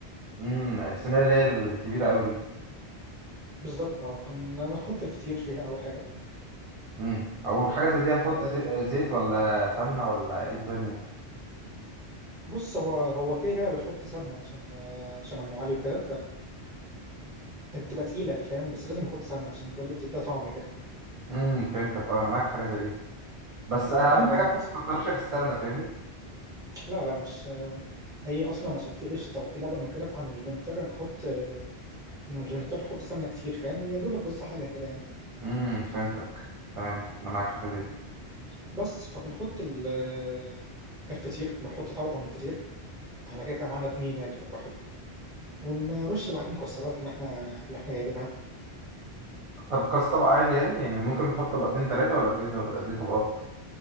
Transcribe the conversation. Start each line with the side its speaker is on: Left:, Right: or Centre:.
Right: امم الصينية اللي هي الكبيرة قوي دي
Centre: بالظبط اه هن- هنحط الفطير فيها اول حاجه
Right: امم او حاجة زي دي هنحط
Centre: آه،
Right: زي... زيت ولا سمنة ولا ايه الدنيا؟
Centre: بص هو هو كده كده بنحط سمنه عشان آه، عشان ام علي وكده فبتبقى تقيله فاهم بس لازم نحط سمنه عشان برضه بتديها طعم كده
Right: امم فهمتك اه انا معاك في حاجة زي دي بس اهم
Centre: آه،
Right: حاجة
Centre: بس
Right: ما تكترش في السمنة فاهمني؟
Centre: لا لا مش آه، هي اصلا عشان في قشطه وفي لبن وكده فاحنا مش بنضطر نحط آه، مش بنضطر نحط سمنه كتير فاهم هي دوبك بس حاجه كده يعني
Right: امم فهمتك تمام انا معاك في حاجة زي دي
Centre: بس فبنحط ال- آه، الفطير بنحط طبقه من الفطير احنا كده كده معانا اتنين يعني فبراحتنا ونرش بعدين الكسرات اللي احنا اللي احنا جايبينها
Right: طب كاس طبق عادي يعني يعني ممكن نحط طبقتين تلاتة ولا قد ايه ولا قد ايه طبقات